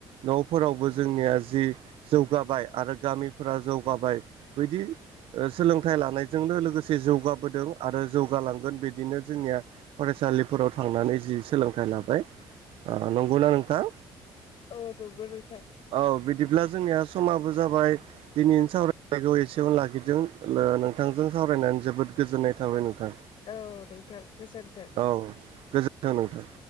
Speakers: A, on the right; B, on the left.
A: न'फोरावबो जोंनिया जि जौगाबाय आरो गामिफोरा जौगाबाय बदि सोलोंथाइ लानायजोंनो लोगोसे जौगाबोदों आरो जौगालांगोन बिदिनो जोंनिया फरायसालिफोराव थांनानै जि सोलोंथाइ लाबाय नंगौना नोंथां
B: औ <unintelligible>
A: औ बिदिब्ला जोंनिया समाबो जाबाय दिनै सावरायनायखौ एसेयावनो लाखिदो नोंथांजों सावरायनानै जोबोद गोजोननाय थाबाय नोंथां
B: औ नोंथां गोजोन्थों
A: औ गोजोन्थों नोंथां